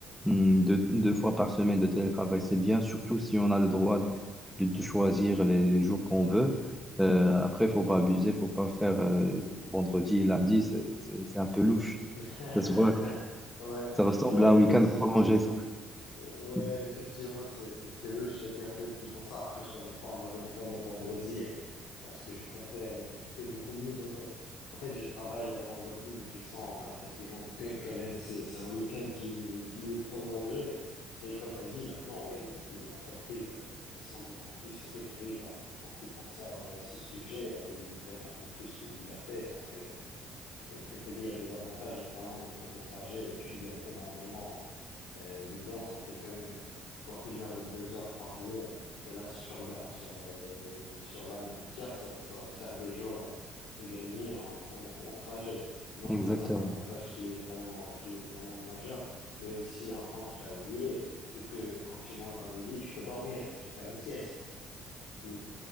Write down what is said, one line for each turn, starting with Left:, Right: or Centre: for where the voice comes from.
Centre: Hmm, Deux, deux fois par semaine de télétravail, c'est bien, surtout si on a le droit de, de choisir les jours qu'on veut. Euh, après, il faut pas abuser, faut pas faire euh, vendredi et lundi, c'est c'est- c'est un peu louche.
Left: <laughs>
Centre: Ça se voit, que-
Left: Ouais,
Centre: ça ressemble
Left: ouais,
Centre: à un week-end
Left: effectivement.
Centre: prolongé, ça.
Left: Ouais,
Centre: <laughs>
Left: effectivement, c'est c'est c'est louche les personnes qui font ça. Après, je t'en mens pas. Moi, je prends le vendredi euh, parce que je préfère euh, et c'est beaucoup mieux. Donc, euh, en fait, je travaille le vendredi, mais tu sens euh, effectivement que quand même c'est c'est un week-end qui qui est prolongé. Et comme tu as dit, maintenant, oui, les, les entreprises, elles sont beaucoup plus hybrides en en ce qui concerne euh, ce sujet euh, où ils donnent un peu plus de liberté parce que c'est- Comme tu as dit, il y a des avantages, notamment le temps de trajet, où tu gagnes énormément. Euh, dedans, ça fait quand même soit une heure ou deux heures par jour. Et là, si tu regardes sur, euh, sur l'année entière, ça, ça va te faire des jours euh, gagnés en, en, en trajet. Donc
Centre: Exactement.
Left: ça, c'est un avantage qui est vraiment, qui est vraiment majeur. Mais aussi, un point que tu as oublié, c'est que quand tu manges à midi, tu peux dormir, tu peux faire une sieste. Ce qui,